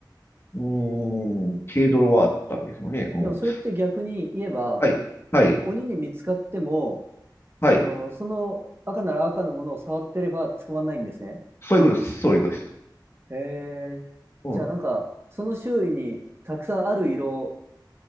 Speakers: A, on the left; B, on the right.
A: うーん、軽泥はあったんですよね。
B: え、
A: うん。
B: でもそれって逆に言えば、
A: あはい、はい、
B: 鬼に見つかっても、
A: はい。
B: あの、その赤なら赤のものを触ってれば捕まらないんですね。
A: そういうことです。そういうことです。
B: へえ。
A: うん。
B: じゃあなんか、その周囲にたくさんある色